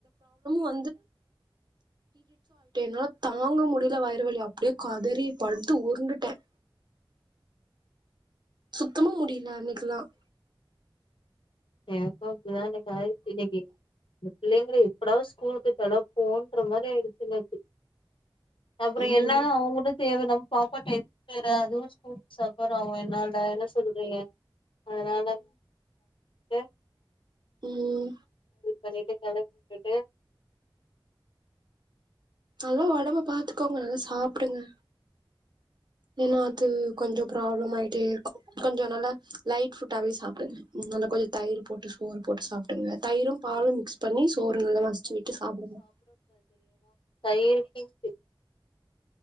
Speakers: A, on the right (about 55°); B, on the left (about 70°).
A: வ ப தாங்க முடிய வழி அப்படியே கதறி படுத்து உருண்டுட்டேன் சுத்தமா முடியல அன்னைக்கலாம்
B: எனக்கும் இப்படிதான் என்னைக்குச்சு இன்னைக்கு இல்லைங்க எப்படாவ ஸ்கூலுக்கு கலைப்போன்ற மாதிரி ஆயிடுச்சுன்னக்கு அப்புறம்
A: ம்
B: என்னன்ன அவங்களட சேவனம் பாப்பா எவே அதுவும் ஸ்கூல் சப்பர் ஆகும் என்னடா என்ன சொல்றீங்க அதனால ஏ
A: உம்
B: பண்ணிட்டு கடைக்கு பேயிட்டு
A: நல்லா உடம்பு பாத்துக்கோங்க நல்லா சாப்பிடுங்க ஏன்னா அது கொஞ்சம் ப்ராப்ளம் ஆயிட்டே இரு கொஞ்சம் நல்லா லைட் ஃபுட்டாவவே சாப்பிடுங்க நல்லா கொஞ்சம் தயிர் போட்டு சோறு போட்டு சாப்பிடுங்க தயிரும் பாலும் மிக்ஸ் பண்ணி சோறு நல்ல வசிச்சு விட்டு சாப்பிடுங்க
B: தயிர்ஹட்